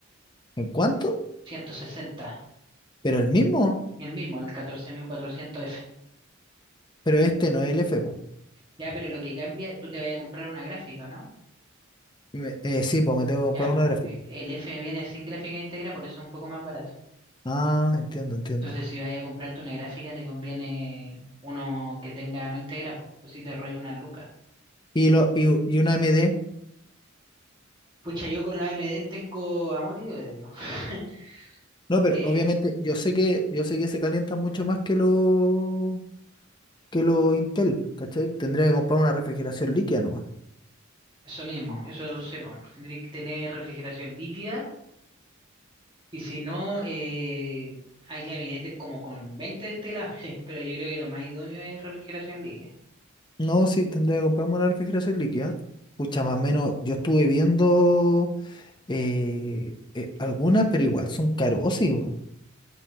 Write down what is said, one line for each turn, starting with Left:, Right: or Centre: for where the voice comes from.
Left: ¿En cuánto?
Right: ciento sesenta.
Left: Pero el mismo,
Right: el mismo, el catorce mil cuatrocientos f
Left: pero este no es el F, po.
Right: Ya, pero lo que cambia, tú te vas a comprar una gráfica, ¿o ¿no?
Left: Me- eh, sí, pues me tengo que comprar
Right: Ya, pues,
Left: una gráfica.
Right: e, el F viene sin gráfica íntegra, por eso es un poco más barato.
Left: Ah, entiendo, entiendo.
Right: Entonces, si vayas a comprarte una gráfica, te conviene uno que tenga no integra, po, o si te rollo una lucas.
Left: Y, lo, y, u- y una A M. D.
Right: Pucha, yo con la AMD tengo amor y odio. Dios. <laughs>
Left: No, pero
Right: Eh,
Left: obviamente yo sé que, yo sé que se calientan mucho más que lo, que lo Intel, ¿cachai? Tendría que comprar una refrigeración líquida nomás.
Right: eso mismo, eso sepo. Tendréis que tener refrigeración líquida y si no, eh, hay gabinetes como con 20 ventiladores, <laughs> pero yo creo que lo más idóneo es refrigeración líquida.
Left: No, sí, tendría que comprarme una refrigeración líquida. Pucha, más o menos, yo estuve viendo eh, eh, algunas, pero igual son carosísimas.